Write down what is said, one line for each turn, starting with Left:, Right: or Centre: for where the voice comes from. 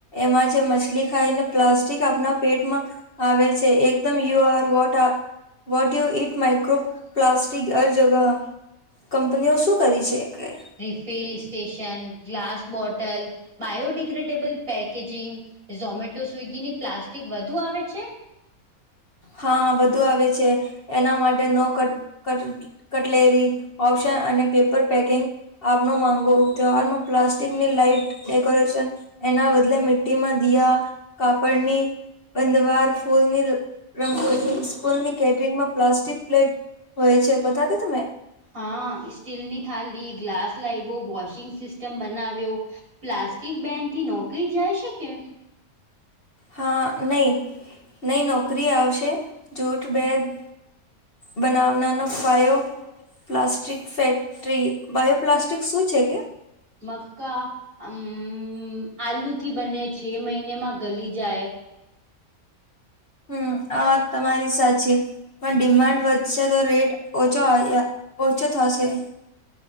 Left: એમાં જે મછલી ખાઈને પ્લાસ્ટિક આપણા પેટમાં- આવે છે એકદમ યુ આર વોટ આ- વોટ યુ ઇટ માઇક્રોપ્લાસ્ટિક હર જગહ- કંપનીઓ શું કરી છે એક-
Right: refill station glass bottle- biodegradable packaging Zomato સ્વિગીની પ્લાસ્ટિક વધુ આવે છે-
Left: હા વધુ આવે છે એના માટે ન- કટલેરી ઓપ્શન અને પેપર પેકિંગ- આપનો માંગો તહેવારમાં પ્લાસ્ટિકની લાઈટ ડેકોરેશન- એના બદલે મિટીમાં દયા કાપડની બંધવાર ફૂલની- રંગો સ્કૂલની કેટરિંગમાં પ્લાસ્ટિક પ્લેટ હોય છે. બતા દ તમે-
Right: હા સ્ટીલની થાળલી ગ્લાસ લાવ્યો વોશિંગ સિસ્ટમ બનાવ્યો- પ્લાસ્ટિક બેનથી નોકરી જાય શકે?
Left: હા નહીં નહીં નોકરી આવશે જૂઠ બેગ- બનાવનાનો પાયો- પ્લાસ્ટિક ફેક્ટરી બાયોપ્લાસ્ટિક શું છે કે
Right: મક્કા અમમ આલુથી બને છે મહિનેમાં ગલી જાય
Left: હમ્મ આ વાત તમારી સાચી પણ ડિમાન્ડ વધશે તો રેટ ઓછો ઓછો થશે